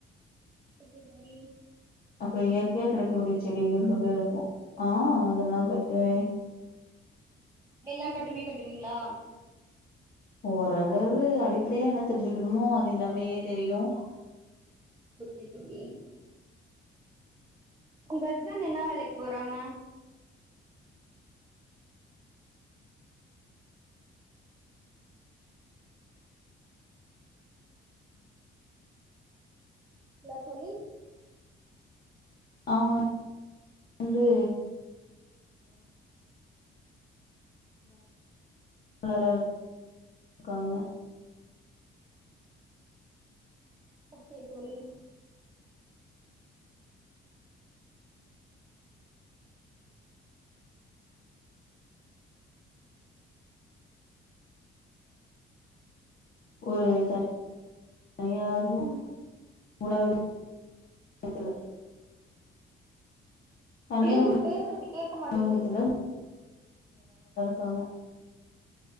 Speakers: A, on the right; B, on the left.
A: இட்லி பொடி
B: அப்பறம் இயற்கையா கடைக்கக்கூடிய செடிகள் கூட இருக்கும் ஆ அதெல்லாம் கட்டுவே
A: எல்லாம் கட்டுமே கட்டுவீங்களா
B: ஓரளவு அடிப்படையா என்ன தெரிஞ்சுக்கணுமோ அது எல்லாமே தெரியும்
A: ஓகே தோழி உங்க ஹஸ்பண்ட் என்ன வேலக்கு போறாங்க எல்ல தோழி
B: அவுங்க வந்து <inaudible>
A: ஓகே தோழி
B: ஒரு த ஒண்ணாவது
A: ம்
B: மூணாவது கத்தல தனியார்
A: தோழி நீங்க பேசறது கேட்க
B: உணவகத்துல
A: மாட்டேங்குது
B: கமா